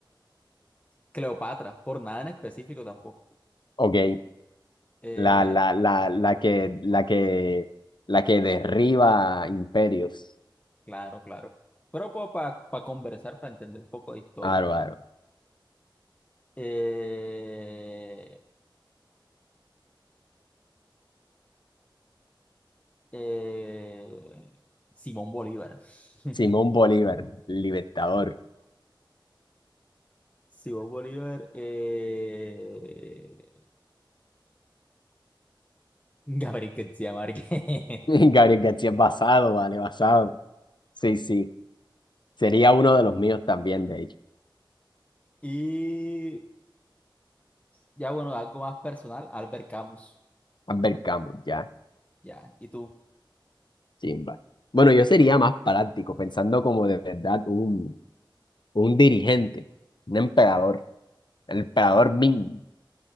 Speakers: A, on the left; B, on the left.
A: Cleopatra, por nada en específico tampoco.
B: Ok.
A: Eh,
B: La, la, la, la que, la que, la que derriba imperios.
A: claro, claro. Pero para conversar, para entender un poco de historia.
B: Aro, aro.
A: Eh, eh, Simón Bolívar.
B: Simón
A: <laughs>
B: Bolívar, libertador.
A: Simón Bolívar. Eh, Gabriel García Márquez.
B: <laughs> Gabriel
A: <laughs>
B: García es basado, vale, basado. Sí, sí. Sería uno de los míos también, de hecho.
A: Y Ya bueno, algo más personal, Albert Camus.
B: Albert Camus, ya,
A: Ya, ¿y tú?
B: chimba. Bueno, yo sería más práctico, pensando como de verdad un, un dirigente, un emperador, el emperador Ming.